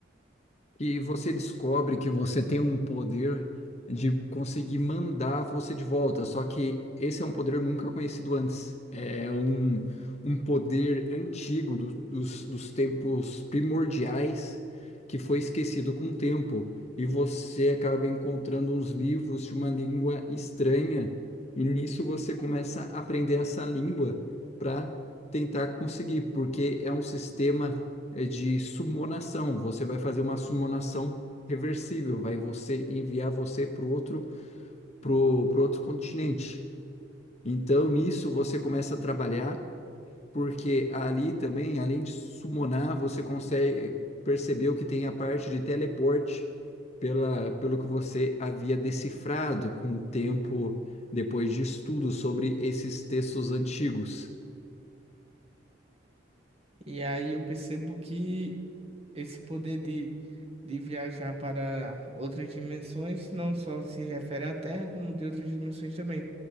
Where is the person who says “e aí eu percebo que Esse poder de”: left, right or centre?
Right